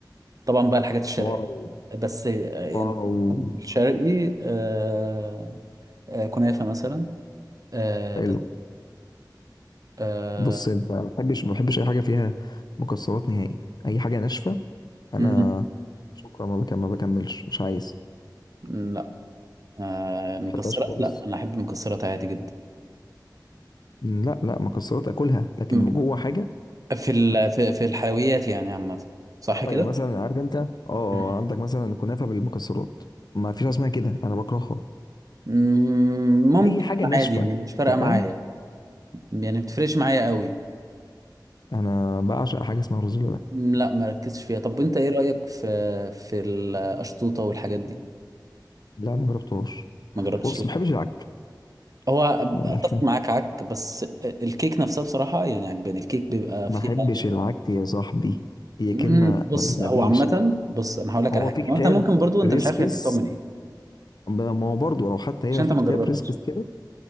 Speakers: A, on the right (about 50°); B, on the left (about 65°).
A: طبعا بقى الحاجات الشرقية
B: واو
A: بس آه، يعني
B: واو
A: الشرقي آه، آه، كنافة مثلا آه،
B: حلو
A: بس آه،
B: بص انت ما بحبش ما بحبش اي حاجه فيها مكسرات نهائي اي حاجه ناشفه انا
A: مم،
B: شكرا ما بكمل ما بكملش مش عايز
A: مم، لا آه،
B: ما
A: المكسرات
B: بحبهاش خالص
A: لا أنا أحب المكسرات عادي جدا
B: لا لا مكسرات اكلها لكن
A: مم.
B: جوه حاجه
A: في ال- في في الحلويات يعني عامة صح
B: اه
A: كده؟
B: يعني مثلا عارف انت اه آه،
A: مم.
B: عندك مثلا كنافه بالمكسرات ما فيش حاجه اسمها كده انا بكرهها
A: مم، ممكن
B: اي حاجه ناشفه
A: عادي يعني
B: انت
A: مش فارقة معايا
B: فاهم
A: يعني بتفرقش معايا قوي
B: انا بعشق حاجه اسمها رز بلبن
A: مم، لا مركزش فيها طب وانت ايه رأيك في في القشطوطة والحاجات دي
B: لا ما جربتهاش
A: ما جربتش
B: بص
A: ال-
B: ما بحبش العك
A: هو
B: يعني
A: اتفق
B: <laughs>
A: معاك عك بس الكيك نفسها بصراحه يعني عجباني الكيك بيبقى
B: ما
A: فيها
B: بحبش العك يا صاحبي هي
A: مم،
B: كلمه
A: بص
B: ما في- ما
A: هو
B: فيش
A: عامه بص انا هقول لك
B: هو
A: على حاجه
B: في كتاب
A: هو انت ممكن برضو
B: ريسبيس
A: انت مش عارف هي بتتكون من ايه
B: ما ما هو برضو لو حتى هي
A: عشان
B: في
A: انت ما
B: كتاب
A: جربتش
B: ريسبيس كده